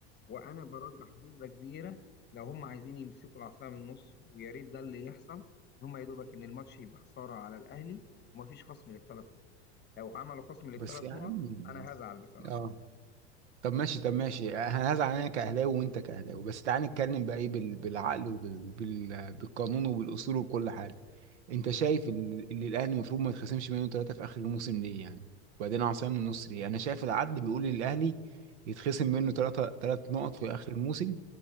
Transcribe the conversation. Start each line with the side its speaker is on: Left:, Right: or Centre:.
Left: وانا برجح بنسبة كبيرة لو هم عايزين يمسكوا العصاية من النص ويا ريت ده اللي يحصل ان هم يا دوبك ان الماتش يبقى خسارة على الاهلي وما فيش خصم للثلاث نقط لو عملوا خصم للثلاث
Right: بس يا
Left: نقط
Right: عم الناس.
Left: انا هزعل بصراحة
Right: اه طب ماشي طب ماشي هزعل انا كاهلاوي وانت كاهلاوي بس تعال نتكلم بقى ايه بال- بالعقل وبالقانون وبالاصول وكل حاجه انت شايف ان إن الاهلي المفروض ما يتخصمش منه ثلاثه في اخر الموسم ليه يعني وبعدين عصام من النصر ليه انا شايف العدل بيقول للاهلي يتخصم منه ثلاثه ثلاث نقط في اخر الموسم